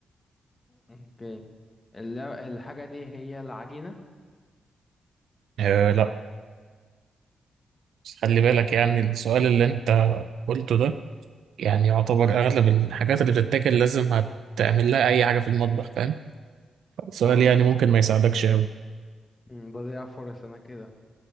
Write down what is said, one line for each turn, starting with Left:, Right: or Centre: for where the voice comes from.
Left: اوكي الل- الحاجه دي هي العجينه
Right: آه لا بس خلي
Left: لا
Right: بالك
Left: انت
Right: يعني
Left: كده اه
Right: السؤال اللي
Left: أم.
Right: انت قلته ده يعني يعتبر اغلب الحاجات اللي بتتاكل لازم هتعمل لها اي حاجة في المطبخ فاهم السؤال
Left: آه.
Right: يعني ممكن ما يساعدكش قوي
Left: أم، بضيع فرص انا كده